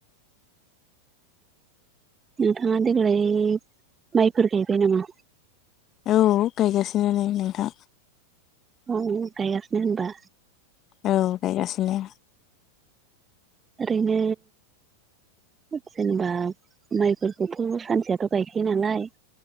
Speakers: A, on the right; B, on the left.
A: नोंथाङा देग्लाय माइफोर गायबाय नामा?
B: औ गायगासिनो नै नोंथां।
A: औ गायगासिनो होनबा
B: औ गायगासिनो।
A: ओरैनो जेनेबा माइफोरखौथ' सानसेयाथ' गायखायो नालाय